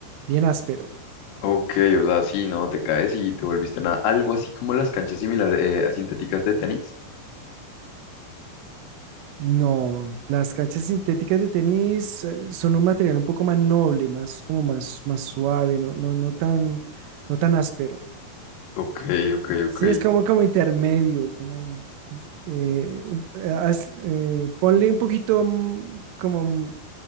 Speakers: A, on the right (about 85°); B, on the left (about 85°).
A: bien áspero.
B: Ok, o sea, sí, no, te caes y te volviste nada. Algo así como las canchas similares eh, a sintéticas de tenis.
A: No, las canchas sintéticas de tenis eh, son un material un poco más noble, más, como más, más suave, no, no, no tan, no tan áspero.
B: Ok, ok,
A: Sí,
B: ok.
A: es como, como intermedio, como eh, un- eh, haz- eh, ponle un poquito mm, como, un-